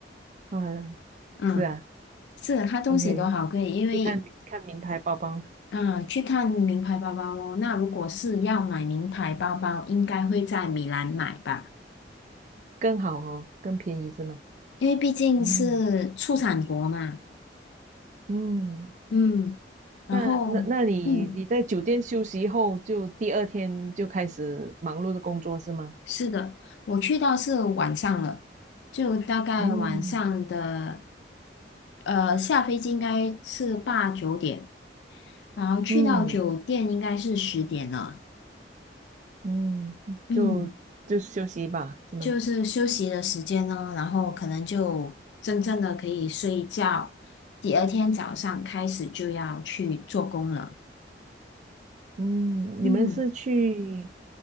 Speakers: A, on the right (about 40°); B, on the left (about 75°).
A: 嗯、
B: 嗯，
A: 是啊
B: 是啊，它东西都好贵，
A: ，OK，
B: 因为
A: 去看看名牌包包
B: 嗯，去看名牌包包哦。那如果是要买名牌包包，应该会在米兰买吧，
A: 更好哦，更便宜是吗？
B: 因为毕竟是出产国嘛。
A: 嗯嗯，
B: 嗯，然后嗯，
A: 那那那你你在酒店休息后，就第二天就开始忙碌的工作是吗？
B: 是的，我去到是晚上了，就大概晚上的，
A: 嗯
B: 呃，下飞机应该是八九点。然后去到酒店应该是十点了，
A: 嗯，嗯，
B: 嗯，
A: 就就休息吧，是吗？
B: 就是休息的时间呢，然后可能就真正的可以睡一觉，第二天早上开始就要去做工了，
A: 嗯，
B: 嗯。
A: 你们是去